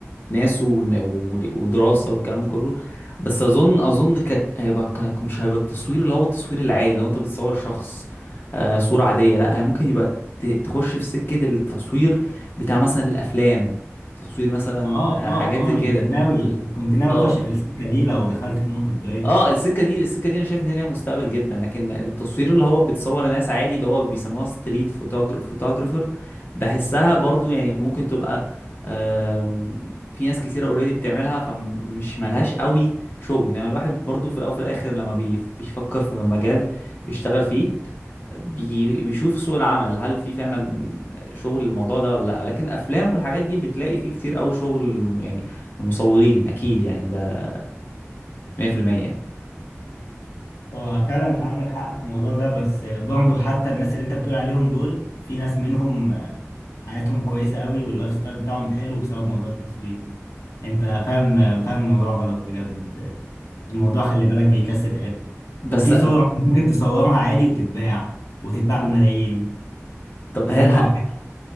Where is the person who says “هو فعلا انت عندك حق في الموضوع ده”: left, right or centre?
Left